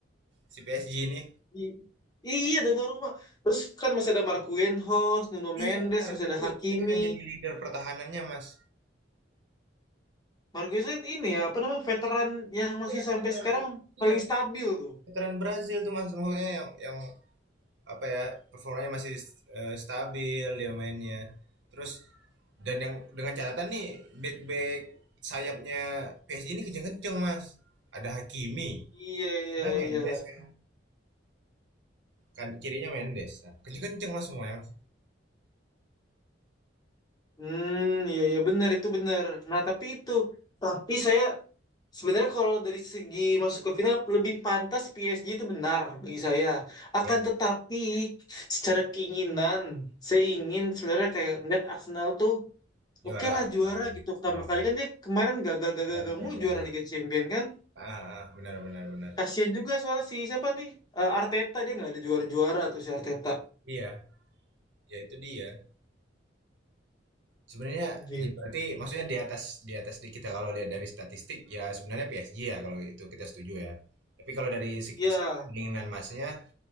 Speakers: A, on the right (about 70°); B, on the left (about 20°).
A: si PSG ini.
B: I- Iya Donnarumma. Terus kan masih ada Marquinhos, Nuno
A: Iya
B: Mendes,
A: benar,
B: masih
A: itu
B: ada Hakimi.
A: itu yang jadi leader pertahanannya, Mas.
B: Marquinhos kan ini ya, apa namanya, veteran yang masih
A: Iya,
B: sampai
A: veteran
B: sekarang paling
A: iya,
B: stabil tuh.
A: veteran Brazil tuh Mas, maksudnya yang yang apa ya, performanya masih eh, stabil dia mainnya. Terus dan yang dengan catatan nih back-back sayapnya PSG ini kenceng-kenceng, Mas. Ada Hakimi,
B: Iya, iya,
A: nah Mendes
B: iya.
A: kan. Kan kirinya Mendes. Nah, kenceng-kenceng Mas semua ya, Mas.
B: Hmm, iya iya benar itu benar. Nah, tapi itu tapi saya sebenarnya kalau dari segi masuk ke final lebih pantas PSG itu benar bagi saya. Akan
A: Ya,
B: tetapi secara keinginan saya ingin sebenarnya kayak ngeliat Arsenal tuh
A: juara.
B: oke lah juara gitu. Pertama
A: Oh,
B: kali kan dia kemarin gagal-gagal
A: ya, ya,
B: mulu
A: ya.
B: juara Liga Champion kan.
A: Ah, ah, benar benar benar.
B: Kasian juga soalnya si siapa nih? Eh, Arteta dia nggak ada juara-juara tuh si Arteta.
A: Iya, ya itu dia. Sebenarnya
B: Gitu.
A: ya berarti maksudnya di atas di atas di kita kalau lihat dari statistik ya sebenarnya PSG ya kalau itu kita setuju ya. Tapi kalau dari se-
B: Iya,
A: se- keinginan Masnya